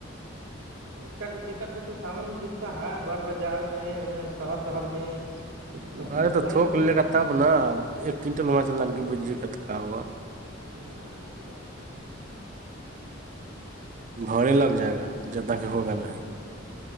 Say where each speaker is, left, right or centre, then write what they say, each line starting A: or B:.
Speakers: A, on the right (about 80°); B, on the right (about 40°).
A: پیسہ کی دقت ہے تو سامان بکتا ہے بار بازار میں ان شہر تہر میں سب
B: ارے
A: خریدتا
B: تو تھوک
A: نہیں ہے
B: لے گ تب ن ایک کئنٹل وہاں سے لان کے بج کتکا ہوگا
A: نہ یہ تو بات صحیح ہے
B: بڑے لگ جائے گا جدنا کہ ہوگا نہیں